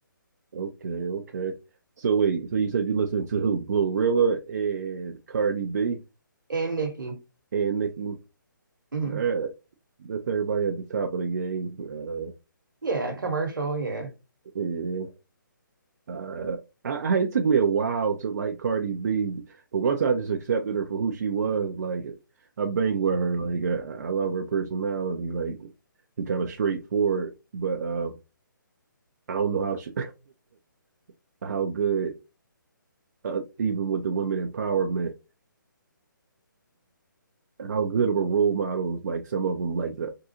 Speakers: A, on the right; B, on the right.
A: Okay, okay. So wait, so you said you listen to who? Glorilla and Cardi B
B: and Nicki.
A: and Nicki. All
B: hmm
A: right, that's everybody at the top of the game. Uh,
B: Yeah, commercial, yeah.
A: Yeah. Uh, I, I it took me a while to like Cardi B, but once I just accepted her for who she was, like I bang with her. Like I, I love her personality, like and kind of straightforward. But uh, I don't know how she, <laughs> how good uh, even with the women empowerment, how good of a role models like some of them like the